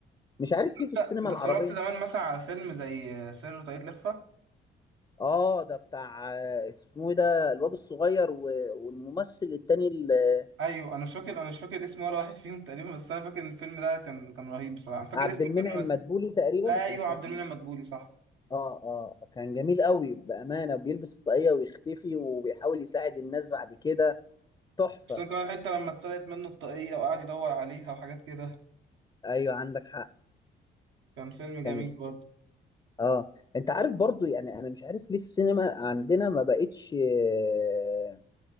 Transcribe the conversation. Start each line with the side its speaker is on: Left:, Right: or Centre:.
Left: مش عارف ليه
Right: أنت
Left: في السينما
Right: أنت
Left: العربية
Right: اتفرجت زمان مثلا على فيلم زي سر وطاقية الإخفاء
Left: اه ده بتاع آه، اسمه ايه ده الواد الصغير و- والممثل التاني ال-
Right: ايوه انا مش فاكر انا مش فاكر اسم ولا واحد فيهم تقريبا بس انا فاكر ان الفيلم ده كان كان رهيب بصراحه انا فاكر
Left: عبد
Right: اسم
Left: المنعم
Right: الفيلم بس
Left: مدبولي تقريبا
Right: ايوه
Left: كان اسمه
Right: عبد المنعم مدبولي صح
Left: اه اه كان جميل قوي بأمانة بيلبس الطاقية ويختفي وبيحاول يساعد الناس بعد كده تحفة
Right: خصوصا كمان حتى لما اتسرقت منه الطاقيه وقعد يدور عليها وحاجات كده
Left: ايوه عندك حق
Right: كان فيلم جميل
Left: كان
Right: برضه
Left: اه انت عارف برضو يعني انا مش عارف ليه السينما عندنا ما بقتش آه،